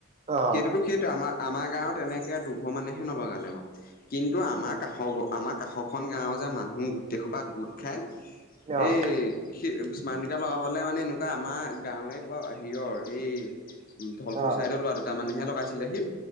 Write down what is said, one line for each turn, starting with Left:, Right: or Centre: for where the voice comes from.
Right: অ',
Left: সেইটোতো সেইটোৱে আমাৰ আমাৰ গাঁওত এনেকে দুঘৰ মানেহে নলগালে বাও কিন্তু আমাৰ কাষৰ আমাৰ কাষৰখন গাঁৱৰ যে মানুহ গোটেই সোপা গোট খাই
Right: অ',
Left: এই সেই স্মাৰ্ট মিটাৰ লগাবলৈ মানে এনেকুৱা আমাৰ গাঁৱে কৰবাত হেৰিৰ এই ধলপুৰ
Right: অ',
Left: ছাইদত লোৱা দুটাৰ মানেহে লগাইছিলে সি